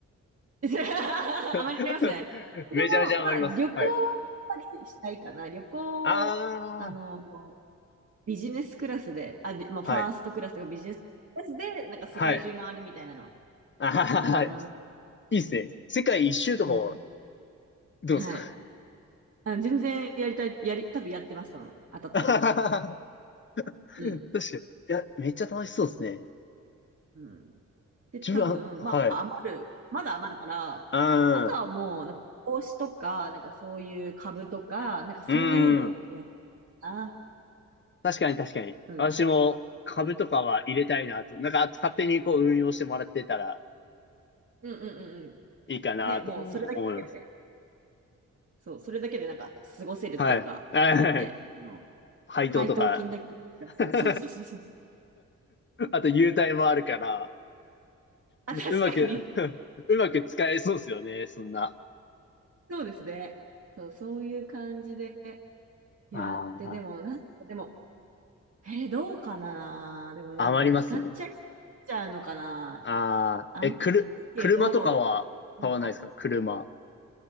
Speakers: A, on the right; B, on the left.
A: <laughs> 余りますね。
B: <laughs>
A: でも、
B: めちゃめちゃ余ります。
A: まあ、旅行はやっぱりしたいかな。
B: はい。
A: 旅行、
B: あ
A: あの、ビジネスクラスで、あ、びまあ、
B: あ、
A: ファーストクラスとかビジネスクラスで、
B: はい。
A: なんか世界中回るみたいなのは、
B: はい。あはははい
A: かな。
B: いっすね。世界一周とかも、
A: うん。
B: どうですか
A: はい。あ、全然やりたい、やり、多分やってます、多分。当たったら。
B: <laughs> 確か
A: うん。
B: に。いや、めっちゃ楽しそうですね。
A: うん。で、
B: 自分は、
A: 多分、
B: はい。
A: まあ、余る。まだ余るから、
B: う
A: あとはもう、
B: ん。
A: なんか、投資とか、なんかそういう株とか、なんかそういうのをやっ
B: うん。
A: たな。
B: 確かに確かに。
A: うん。
B: 私も株とかは入れたいなと。
A: うん。
B: なんか勝手にこう運用してもらってたら
A: うんうんうんう
B: いいかなとかも思います。
A: ん。ね、もうそれだけで、そう、それだけでなんか過ごせるっていうか、
B: はい。<laughs> はい。
A: ね、の
B: 配当とか。
A: 配当金だけでプラス。
B: <laughs>
A: そうそうそうそう。<laughs>
B: あと優待もあるから、
A: あ、
B: うまく
A: 確かに。
B: <laughs> うまく使えそうですよね、そんな。
A: そうですね。そう、そういう感じでやって、
B: あ
A: でも、なんか、でも、えーどうかなでもなんか使っちゃい
B: あ、余りますね。
A: ちゃうのかな
B: ああ、
A: あんまりけど、
B: え、くる、車とかは買わないですか車。
A: うん、あ